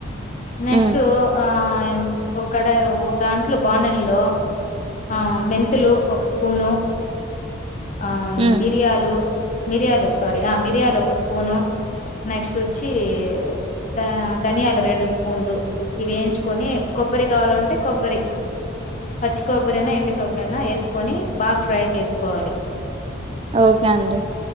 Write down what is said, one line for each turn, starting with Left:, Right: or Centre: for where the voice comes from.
Left: నెక్స్ట్
Right: హ్మ్
Left: ఆ ఉ ఒ కడయో దాంట్లో బాణాలిలో అ మెంతులు ఒక స్పూను ఆ
Right: హ్మ్
Left: మిరియాలు మిరియాలు సారీ ఆ మి ఉరియాలు ఒక స్పూను నెక్స్ట్ ఒచ్చి దా ధనియాలు రెండు స్పూన్లు ఇవి వేయించుకొని కొబ్బరి కావాలంటే కొబ్బరి పచ్చి కొబ్బరినా ఎండి కొబ్బరినా వేసుకొని బాగా ఫ్రై చేసుకోవాలి
Right: ఓకే అండి